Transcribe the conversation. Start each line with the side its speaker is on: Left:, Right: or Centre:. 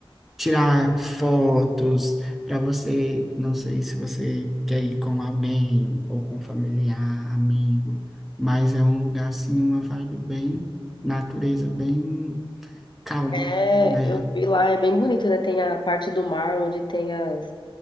Centre: tirar fotos, para você, não sei se você quer ir com alguém ou com familiar, amigo, mas é um lugar, assim, uma vibe bem natureza, bem calma.
Left: É,
Centre: Né?
Left: eu vi lá, é bem bonito, né? Tem a parte do mar onde tem as